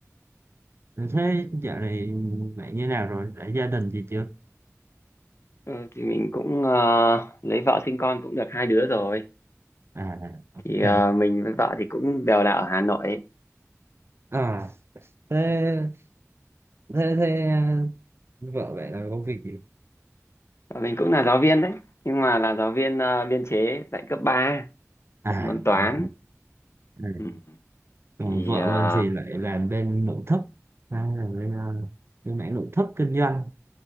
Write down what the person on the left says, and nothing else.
Ừ, thì mình cũng ờ, lấy vợ sinh con cũng được hai đứa rồi.
Thì ờ, mình với vợ thì cũng đều là ở Hà Nội. ấy.
Và mình cũng là giáo viên đấy nhưng mà là giáo viên ờ, biên chế dạy cấp ba
dạy môn toán
ừ.
thì
ờ,